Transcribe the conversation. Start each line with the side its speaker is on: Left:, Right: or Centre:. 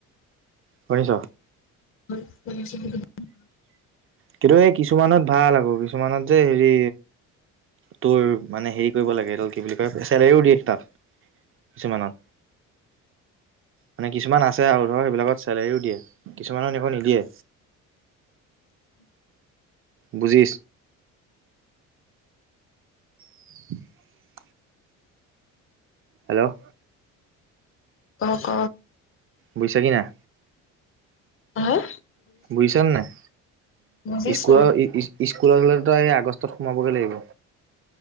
Right: শুনিছ
Left: <unintelligible>
Right: কিন্তু এই কিছুমানত ভাল আকৌ কিছুমানত যে হেৰি তোৰ মানে হেৰি কৰিব লাগে এইডাল কি বুলি কয় চেলেও দিশ তাত। কিছুমানত মানে কিছুমান আছে আৰু ধৰক সেইবিলাকত চেলেৰিও দিয়ে কিছুমানে একো নিদিয়ে
Left: <inaudible>
Right: বুজি <inaudible> হেল্ল'
Left: অ', ক
Right: বুজিছা কি নাই
Left: হাঁ
Right: বুজিছ নাই
Left: বুজিছো
Right: ইস্কুল ইস্কুলে স আগষ্টত সোমাবগৈ লাগিব